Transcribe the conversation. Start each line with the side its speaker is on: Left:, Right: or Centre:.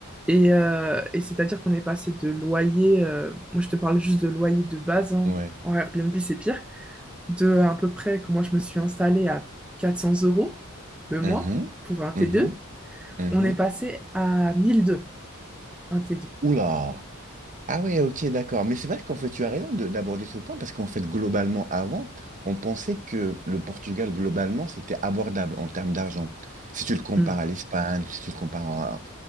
Centre: Et, euh, et c'est-à-dire qu'on est passé de loyer, euh, moi je te parle juste de loyer de base, hein,
Right: Ouais.
Centre: en Airbnb c'est pire, de à peu près que moi je me suis installée à 400 euros le mois
Right: Mhm,
Centre: pour un T2.
Right: mhm, mhm.
Centre: on est passé à 1002, un T2.
Right: Oula! Ah ouais, ok, d'accord. Mais c'est vrai qu'en fait, tu as raison de- d'aborder ce point parce qu'en fait, globalement, avant, on pensait que le Portugal, globalement, c'était abordable en termes d'argent. Si tu le compares
Centre: Hmm.
Right: à l'Espagne, si tu le compares à,